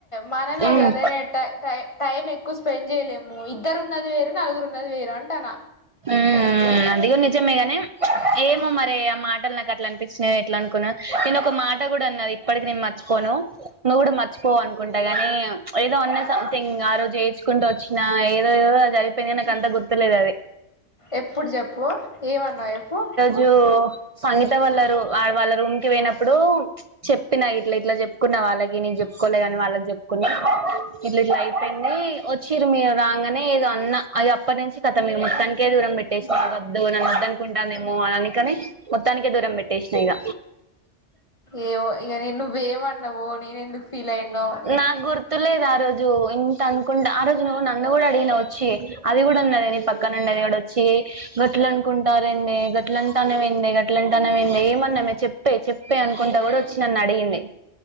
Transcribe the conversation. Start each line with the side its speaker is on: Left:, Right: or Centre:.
Left: మనమే
Right: మ్మ్
Left: కదా నె ట టై టైం ఎక్కువ స్పెండ్ చేయలేము. ఇద్దరు ఉన్నది వేరు నలుగురున్నది వేరు అంటాన
Right: మ్ అది గూడ నిజమే గాని ఏమో మరి ఆ మాటలు నాకు అట్లాంటి పిచినయ్ ఎట్లా అనుకున్నా నేను ఒక మాట కూడా అన్నారు ఇప్పటికి నేను మర్చిపోను. నువ్వు కూడా మర్చిపోవ అనుకుంటా గానీ ఏదో ఉన్నా సంథింగ్ ఆ రోజు ఏ డ్చుకుంటూ వచ్చినా ఏదోదో జరిగిపోయింది గాని నాకు అంత గుర్తులేదు అది.
Left: ఎప్పుడు చెప్పు ఏమన్నా చెప్పు?
Right: జో సంగీత వాళ్ళ రు వాళ్ళ రూమ్ కి పోయినప్పుడు చెప్పినా ఇట్లా ఇట్లా చెప్ కున్నా వాళ్ళకి నేను చెప్పుకోలే కాని వాళ్ళకి చెప్పుకుని ఇట్లు ఇట్లా అయిపోయింది వచ్చిరు మీ రాగానే ఏదో అన్న అది అప్పటి నుంచి కద మీ మొత్తాం కే దూరం పెట్టేసి వద్దు నన్న వద్దు అనుకుంటానునేమో అని అనికని మొత్తానికే దూరంబెట్టేష్న ఇగ
Left: ఏమో ఇగ నిన్ను నువ్వేమన్నావు నేను ఎందుకు ఫీల్ అయన్నో
Right: నాగుర్ త్తు లేదు ఆ రోజు ఇంత అనుకుంటే ఆ రోజు నువ్వు నన్ను కూడా అడిగిన వచ్చి అది కూడా ఉన్నది నీ పక్కన అండగాడు వచ్చి గట్లు అనుకుంటారండి గట్లు అంటానే వెండి గట్ల అంటానే వె ఏమన్నా మీరు చెప్పే చెప్పే అనుకుంటా కూడా వచ్చి నన్ను అడిగింది.